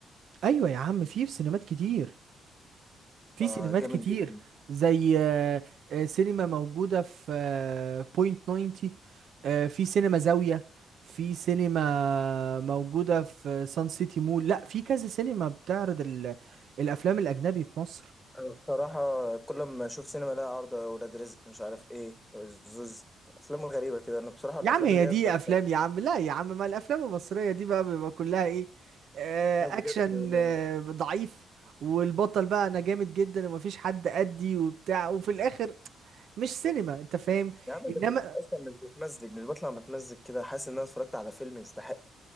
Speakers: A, on the right (about 70°); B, in the centre.
A: ايوه يا عم في في سينمات كتير في
B: ده
A: سينمات
B: جامد
A: كتير
B: جدا
A: زي آه، آه، سينما موجودة في بوينت 90 آه، في سينما زاوية في سينما موجودة في سان سيتي مول لا في كذا سينما بتعرض ال- الأفلام الأجنبي في مصر
B: انا بصراحه كل ما اشوف سينما لها عرض ولاد رزق مش عارف ايه زوز افلام غريبه كده انا بصراحه
A: يا
B: الافلام
A: عم هي
B: اللي هي
A: دي
B: انترستيلر
A: أفلام يا عم لا يا عم ما الأفلام المصرية دي بقى بيبقى كلها إيه آه،
B: ده
A: أكشن
B: بجد انا
A: آه، ضعيف والبطل بقى أنا جامد جدا ومفيش حد قدي وبتاع وفي الآخر مش سينما أنت فاهم
B: يا عم
A: انما
B: ده في اصلا مش بتمزج مش بطلع متمزج كده حاسس ان انا اتفرجت على فيلم يستحق